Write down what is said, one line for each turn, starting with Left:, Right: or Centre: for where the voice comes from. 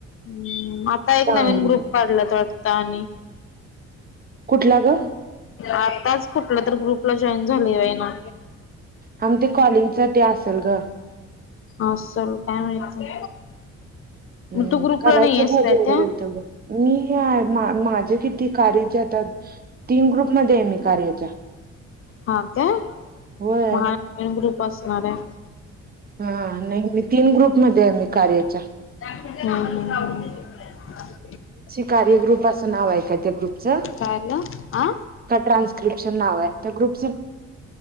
Left: हम्म आता एक
Right: चांगलं
Left: नवीन ग्रुप काढलाय त्यात. आता आणि
Right: कुठला ग
Left: आताच फुटलं तू ग्रुपला जॉईन झाली आहे आहे ना.
Right: हा म ते कॉलिंगच ते असेल गं.
Left: आसल काय माहिती.
Right: हम्म
Left: मग तू ग्रुपला
Right: करायचं
Left: नाही आहेस
Right: <unintelligible>
Left: काय
Right: जेवढ
Left: त्या
Right: होईल तेवढं. माझे किती कार्याचे आता तीन ग्रुपमध्ये आहे मी कार्याच्या.
Left: हा काय,
Right: होय
Left: मग हा तीन ग्रुप असणार हाय.
Right: हा नाही, मी तीन ग्रुपमध्ये आहे मी कार्याच्या.
Left: हं हं हं.
Right: कार्य ग्रुप असं नाव आहे का त्या ग्रुपचं?
Left: काय झालं आ
Right: कायतर ग्रुपचं नाव आहे, त्या ग्रुप